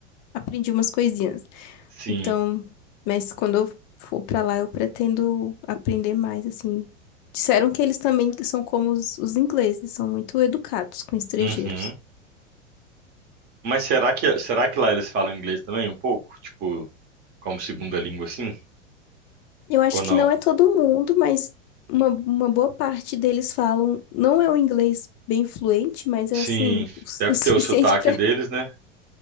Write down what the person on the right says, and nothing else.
sim,
uhum. Mas será que será que lá eles falam inglês também um pouco, tipo, como segunda língua assim?
Ou não?
Sim,
deve
ter o sotaque deles, né?